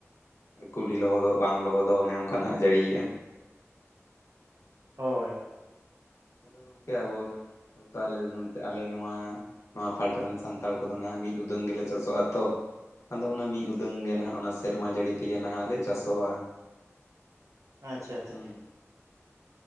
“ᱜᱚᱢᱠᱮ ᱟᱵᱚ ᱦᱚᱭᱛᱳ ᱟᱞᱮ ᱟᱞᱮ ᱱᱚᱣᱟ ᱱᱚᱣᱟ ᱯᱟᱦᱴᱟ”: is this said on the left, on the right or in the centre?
Left